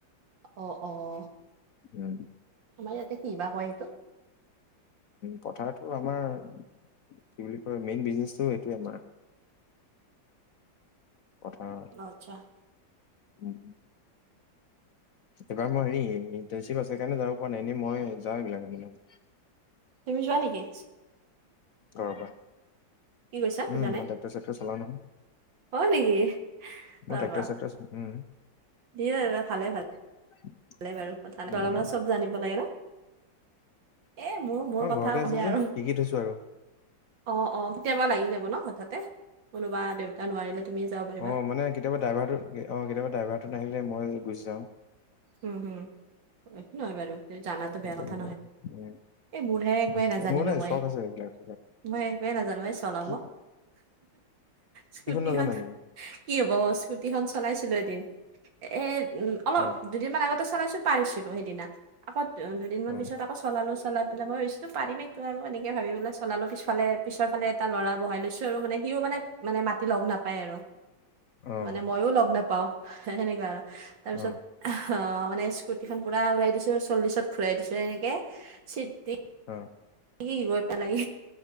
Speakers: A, on the right (about 80°); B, on the left (about 60°).
A: অ', অ'।
B: উ।
A: আমাৰ ইয়াতে কিবা কয় সেইটো।
B: পথাৰটো আমাৰ কি বুলি কয় মেইন বিজনেছটো এইটোৱে আমাৰ পথাৰ।
A: পচা <unintelligible>
B: উম। এবাৰ মই হেৰি ইন্টানচিপ আছে সেইকাৰণে যাব পৰা নাই এনেই মই যাওঁ এইবিলাক মানে।
A: তুমি যোৱা নেকি।
B: অ',
A: কি কৈছা বুজা
B: উম
A: নাই?
B: মই টেক্টৰ চেক্টৰ চলাও নহয়।
A: হয় নেকি
B: মই
A: বাবা
B: ট্ৰেক্টৰ চেক্টৰ উম
A: দি এই বা ভালে, ভালে।
B: <unintelligible>
A: ভাল বাৰু কথা নৰা
B: উম
A: মানুহ চব জানিব লাগে ন। এ মোৰ মোৰ
B: অ
A: কথা
B: ঘৰতে
A: সুধিই
B: আছে যে
A: আৰু।
B: শিকি থৈছো আৰু
A: অ', অ', কেতিয়াবা লাগি যাব ন হঠাৎতে কোনোবা দেউতা নোৱাৰিলে। তুমিয়ে যাব পাৰিবা।
B: অ', মানে কেতিয়াবা ড্ৰাইভাৰটো অ', কেতিয়াবা ড্ৰাইভাৰটো নাহিলে মই গুচি যাওঁ।
A: উম, হুম এইকো নহয় বাৰু জানাটো বেয়া
B: তেনেকুৱা
A: কথা নহয়।
B: উম,
A: এই মোৰহে একোৱেই
B: উম,
A: নাজানিলো
B: মোৰ নাই
A: মই।
B: চখ আছে এইবিলাক চবিলাক।
A: মই একোৱেই নাজানো এই চলাব
B: কি
A: স্কুটিখন
B: নাজানা নেকি?
A: কি হ'ব স্কুটিখন চলাইছিলো এদিন এ উ অলপ
B: অ',
A: দুদিনমান আগতে চলাইছো পাৰিছিলো সেইদিনা আকৌ দুদিনমান
B: অ',
A: পিছত আকৌ চলালো চাল পেল মই ভাবছো পাৰিমেইতো আৰু এনেক ভাবিপেলাই চালালো পিফালে পিছৰফালে এটা ল'ৰা বহাই লৈছো আৰু মানে সিও মানে মানে মাতি লগ নাপায় আৰু
B: অ',
A: মানে মইও লগ নাপাও সেনেকুৱা আৰু তাৰপিছত
B: অ',
A: অ', মানে স্কুটিখন পুৰা উৰাই দিছো চল্লিশত ঘুৰাই দিছো এনেকে চিট
B: অ'।
A: কি গৈ পেলাগে